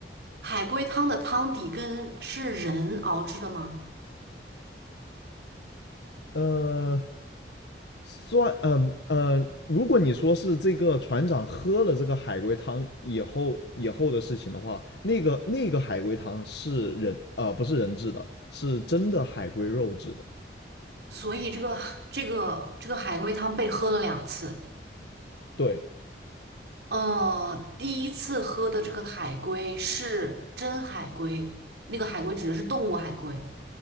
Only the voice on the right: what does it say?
海龟汤的汤底跟是人熬制的吗？
所以这个这个这个海龟汤被喝了两次。
呃，第一次喝的这个海龟是真海龟，那个海龟指的是动物海龟。